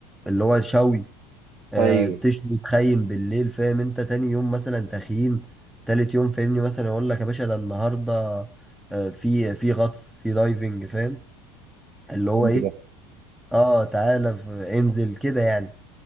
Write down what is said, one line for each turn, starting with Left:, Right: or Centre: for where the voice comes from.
Centre: اللي هو شوي آه،
Right: ايوه
Centre: تشوي تخيم بالليل فاهم انت تاني يوم مثلا تخييم تالت يوم فاهمني مثلا يقول لك يا باشا ده النهارده آه، في في غطس في دايفنج فاهم اللي هو
Right: حلو
Centre: ايه
Right: ده
Centre: اه تعالى ف- انزل كده يعني